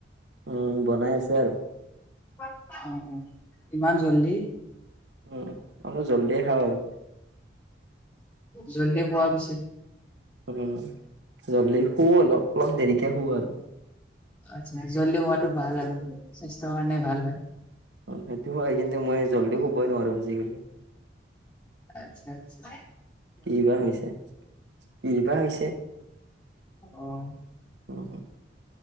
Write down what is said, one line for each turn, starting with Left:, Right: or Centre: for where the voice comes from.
Right: উম বনাই আছে আৰু
Left: অ', অ', ইমান জল্দি!
Right: উম, অলপ জল্ডিয়ে খাওঁ আৰু।
Left: জল্দি শুৱা পিছে।
Right: উম, জল্দি, শুও অলপ অলপ দেৰিকে শুও আৰু।
Left: আটচা, জল্দি শোৱাটো ভাল আৰু স্বাস্থ্যৰ কাৰণে ভাল হয়।
Right: অ', সেইটো হয়, কিন্তু মই জল্দি শুবই নোৱাৰো আজিকালি।
Left: আটচা আটচা।
Right: কি বা হৈছে, কি বা হৈছে।
Left: অ'।
Right: অ',